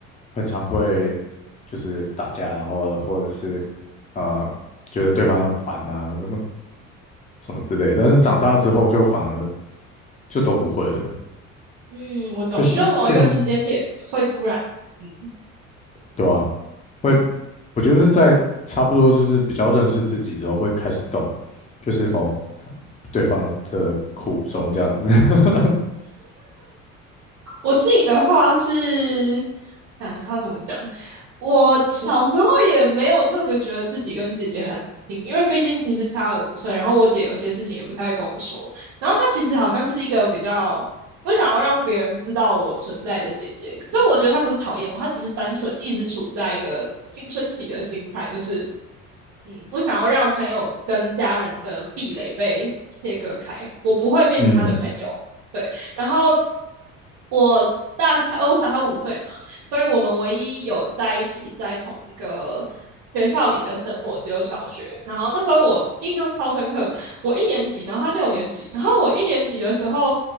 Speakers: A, on the left; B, on the right.
A: 很常会就是打架，然后或者是啊觉得对方很烦啊，什么什么之类的。但是长大之后就反而就都不会了，
B: 嗯，我懂，
A: 就现现
B: 就某一个时间点会突然嗯
A: 对啊，会，我觉得是在差不多就是比较认识自己之后会开始懂，就是哦，他对方的的苦衷这样子。<laughs>
B: 我自己的话是，想一下他怎么讲。我小时候也没有特别觉得自己跟姐姐很亲，因为毕竟其实差了五岁，然后我姐有些事情也不太会跟我说，然后她其实好像是一个比较不想要让别人知道我存在的姐姐，可是我觉得她不是讨厌我，她只是单纯一直处在一个青春期的心态，就是嗯，不想要让朋友跟家人的壁垒被切割开，我不会变成他的朋友。
A: 嗯，
B: 对，然后我大他，呃，我小他五岁嘛，所以我们唯一有在一起在同一个学校里的生活只有小学。然后那时候我印象超深刻，我一年级，然后他六年级，然后我一年级的时候，